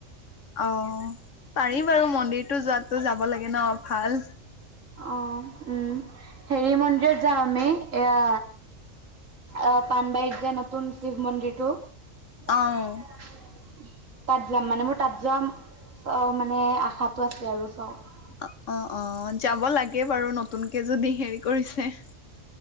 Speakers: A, on the left; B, on the right.
A: অ' পাৰি বাৰু মন্দিৰটো যোৱাতো যাব লাগে ন ভাল।
B: অ' উম। হেৰি মন্দিৰত যাওঁ আমি এয়া অ' পানবাৰীত যে নতুন শিৱ মন্দিৰটো তাত
A: অ'।
B: যাম মানে মোৰ তাত যোৱা চ মানে আশাটো আছে আৰু চখ
A: অ' অ' অ' যাব লাগে বাৰু নতুনকে যদি হেৰি কৰিছে।